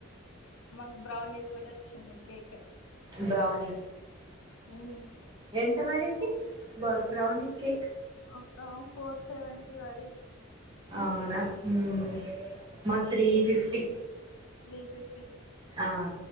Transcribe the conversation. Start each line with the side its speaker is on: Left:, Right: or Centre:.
Left: మాకు బ్రౌనీది కూడా వచ్చింది కేక్
Right: బ్రౌని
Left: ఉమ్
Right: ఎంత పడింది బ్రౌని కేక్
Left: ఒక ఫోర్ సెవెంటీ వడింది
Right: అవునా మ్ మాకు త్రీ ఫిఫ్టీ
Left: త్రీ ఫిఫ్టీ
Right: ఆ